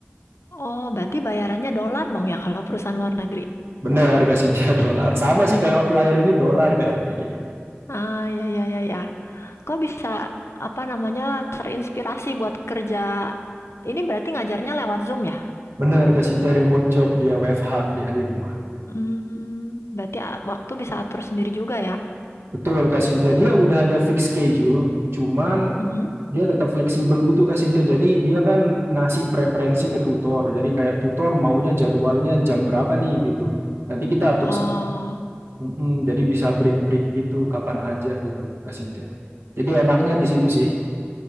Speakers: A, on the left (about 80°); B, on the right (about 65°).
A: oh berarti bayarannya dolar dong ya kalau perusahaan luar negeri.
B: Bener Kak Cynthia <laughs> dolar. Sama sih kayak outlier ini dolar kan kayak gitu.
A: Ah, ya, ya, ya, ya. Kok bisa, apa namanya, terinspirasi buat kerja? Ini berarti ngajarnya lewat Zoom ya?
B: Bener, Kak Cynthia remote job, dia WFH, dia di rumah.
A: Hmm, berarti a- waktu bisa atur sendiri juga ya?
B: Betul, Kak Cynthia. Dia udah ada fix schedule, cuman
A: Mm-mm.
B: dia tetap fleksibel gitu, Kak Cynthia. Jadi dia kan ngasih preferensi ke tutor. Jadi kayak tutor maunya jadwalnya jam berapa nih gitu. Nanti kita atur,
A: Oh,
B: sen- Mm-mm, jadi bisa break-break gitu, kapan aja gitu, Kak Cynthia. Jadi enaknya di situ sih.